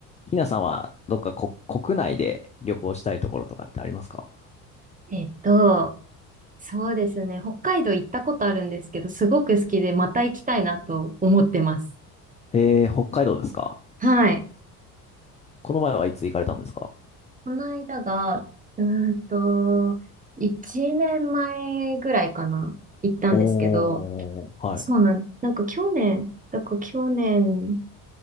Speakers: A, on the left; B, on the right.
A: ひなさんはどっかこ国内で旅行したいところとかってありますか
B: えっと、そうですね。北海道行ったことあるんですけど、すごく好きで、また行きたいなと思ってます。
A: えー、北海道ですか
B: はい。
A: この前はいつ行かれたんですか
B: この間が、うーんと、1年前ぐらいかな、行ったんですけど、
A: おー、はい。
B: そうなん、なんか去年、だから去年、